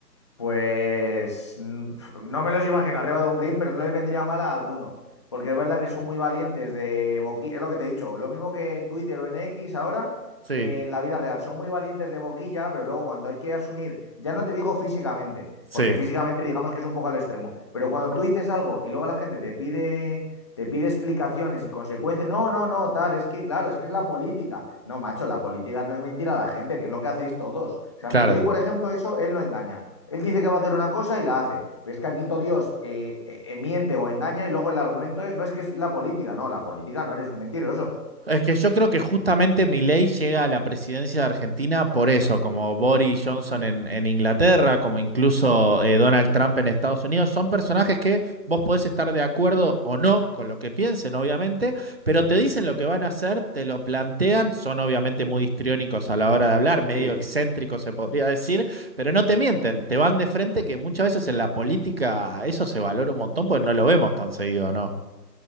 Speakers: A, on the left; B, on the right.
A: Pues n- no me los imagino arriba de un ring, pero no les vendría mal a alguno, porque es verdad que son muy valientes de boquilla, es lo que te he dicho, lo mismo que en Twitter o en X ahora,
B: Sí,
A: eh, en la vida real, son muy valientes de boquilla, pero luego cuando hay que asumir, ya no te digo físicamente,
B: sí.
A: porque físicamente digamos que es un poco al extremo, pero cuando tú dices algo y luego la gente te pide, te pide explicaciones y consecuencias, no, no, no, tal, es que claro, es que es la política. No, macho, la política no es mentira a la gente, que es lo que hacéis todos. O sea,
B: Claro.
A: mi ley por ejemplo, eso, él no engaña. Él dice que va a hacer una cosa y la hace. Pero es que aquí todo Dios eh, eh, eh, miente o engaña y luego el argumento es, no es que es la política, no, la política no eres un mentiroso.
B: Es que yo creo que justamente Milei llega a la presidencia de Argentina por eso, como Boris Johnson en, en Inglaterra, como incluso eh, Donald Trump en Estados Unidos, son personajes que vos podés estar de acuerdo o no con lo que piensen, obviamente, pero te dicen lo que van a hacer, te lo plantean, son obviamente muy histriónicos a la hora de hablar, medio
A: Sí.
B: excéntricos se podría decir, pero no te mienten, te van de frente que muchas veces en la política eso se valora un montón porque no lo vemos tan seguido, ¿no?